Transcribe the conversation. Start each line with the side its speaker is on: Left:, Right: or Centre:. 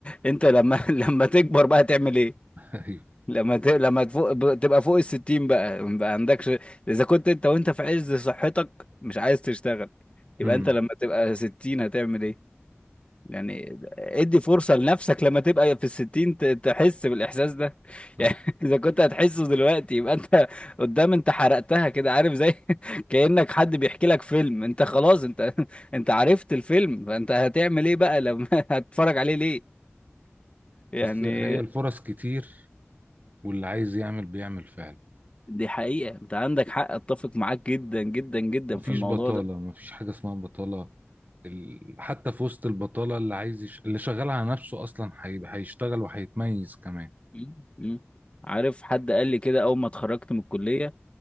Left: انت لما <laughs> لما تكبر بقى تعمل ايه
Right: <laughs> ايوه
Left: لما ت... لما تفوق ب- تبقى فوق الستين بقى ما عندكش اذا كنت انت وانت في عز صحتك مش عايز تشتغل يبقى
Right: امم
Left: انت لما تبقى ستين هتعمل ايه يعني ادي فرصة لنفسك لما تبقى في الستين ت... تحس بالإحساس ده <laughs>
Right: صح
Left: يعني إذا كنت هتحسه دلوقتي يبقى أنت قدام أنت حرقتها كده عارف زي <laughs> كأنك حد بيحكي لك فيلم أنت خلاص أنت <laughs> أنت عرفت الفيلم فأنت هتعمل إيه بقى لما <laughs> هتتفرج عليه ليه يعني
Right: بس هي الفرص كتير واللي عايز يعمل بيعمل فعلا
Left: دي حقيقة انت عندك حق اتفق معاك جدا جدا جدا
Right: مفيش
Left: في الموضوع
Right: بطالة
Left: ده
Right: مفيش حاجة اسمها بطالة ال... حتى في وسط البطالة اللي عايز يش... اللي شغال على نفسه أصلا هي... هيشتغل وهيتميز كمان
Left: مم. مم. عارف حد قال لي كده اول ما اتخرجت من الكلية